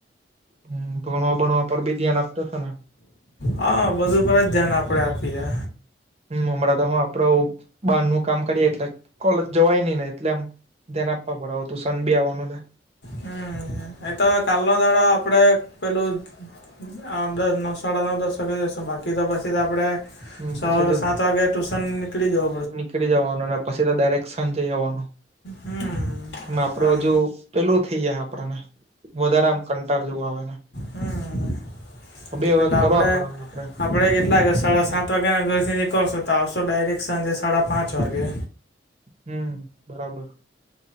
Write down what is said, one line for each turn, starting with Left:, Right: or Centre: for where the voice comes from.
Right: હમ્મ, ભણવા બણવા પર ભી ધ્યાન આપતો હશે ને?
Left: હા, બધુ પર જ ધ્યાન આપડે આપીએ.
Right: હું હમણાં તો હું આપડ બહારનું કામ કરીએ એટલે કોલેજ જવાય નહી ને એટલે આમ ધ્યાન આપવા પડે હવે તુશન ભી આવવાનું ને.
Left: હમ્મ, એતો કાલનો દાડો આપડણે પેલું આ દસ નવ સાડા નવ દસ વાગે જઈશું બાકી તો પછી તો આપડે
Right: હમ
Left: સવારે
Right: પછી
Left: તો સાત વાગે ટ્યુશન નીકળી જઉ
Right: નીકળી જવાનુ અને પછી તો ડાયરેક સાંજય આવવાનો
Left: હમ
Right: આપડે
Left: એમ
Right: હજુ પેલું થઈ જાય આપણને વધારે આમ કંટાળ જેવું આવે ને
Left: હમ્મ
Right: તો બી હવે
Left: એટલે આપડે
Right: કરવા પડે આપડે
Left: આપણે કેટલા સાડા સાત વાગ્યા ના ઘર થી નીકરશો તો આવશો ડાયરેક્ટ સાંજે સાડા પાંચ વાગે
Right: હમ્મ બરાબર